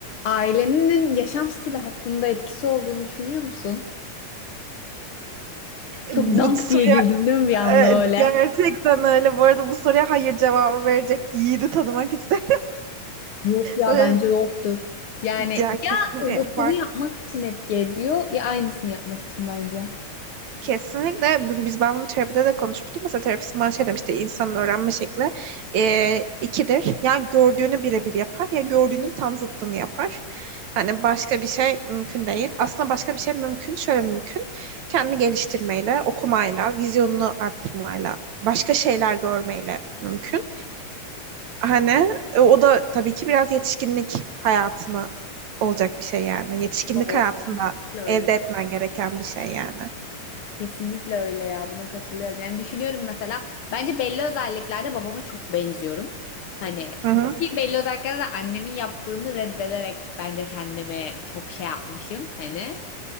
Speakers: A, on the left (about 60°); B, on the right (about 65°).
A: Ailenin yaşam stili hakkında etkisi olduğunu düşünüyor musun? Çok
B: Bu
A: dank
B: soruya
A: diye girdim değil mi bir anda
B: e,
A: öyle?
B: gerçekten öyle. Bu arada bu soruya hayır cevabı verecek yiğidi tanımak ister.
A: Yok ya
B: <laughs> Öyle-
A: bence yoktur. Yani
B: Ya kesinlikle
A: ya zıttını
B: fark.
A: yapmak için etki ediyor ya aynısını yapmak için bence.
B: Kesinlikle bu- biz ben bunu terapide de konuşmuştum. Mesela terapistim bana şey demişti insanın öğrenme şekli e, ikidir. Ya gördüğünü birebir yapar ya gördüğünün tam zıttını yapar. Hani başka bir şey mümkün değil. Aslında başka bir şey mümkün. Şöyle mümkün. Kendini geliştirmeyle, okumayla, vizyonunu arttırmayla, başka şeyler görmeyle mümkün. Hani e, o da tabii ki biraz yetişkinlik hayatına olacak bir şey yani. Yetişkinlik
A: Doğru.
B: hayatında
A: Kesinlikle öyle.
B: elde etmen gereken bir şey yani.
A: Kesinlikle öyle ya buna katılıyorum. Yani düşünüyorum mesela bence belli özelliklerde babama çok benziyorum. Hani
B: Hı hı.
A: ki belli özelliklerde de annemin yaptığını reddederek bence kendime çok şey yapmışım hani.